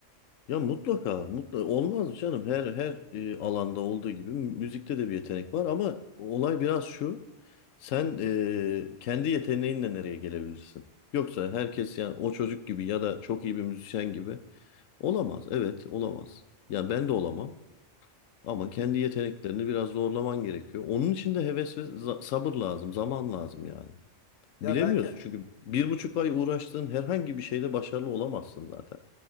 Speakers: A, on the left; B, on the left.
A: Ya mutlaka, mutlaka olmaz mı canım? Her her e, alanda olduğu gibi müzikte de bir yetenek var ama olay biraz şu. Sen e, kendi yeteneğinle nereye gelebilirsin? Yoksa herkes yani o çocuk gibi ya da çok iyi bir müzisyen gibi olamaz. Evet, olamaz. Yani ben de olamam ama
B: Hı hı.
A: kendi yeteneklerini biraz zorlaman gerekiyor. Onun için de heves ve za- sabır lazım, zaman lazım yani. Bilemiyorsun
B: Ya belki
A: çünkü bir buçuk ay uğraştığın herhangi bir şeyde başarılı olamazsın zaten.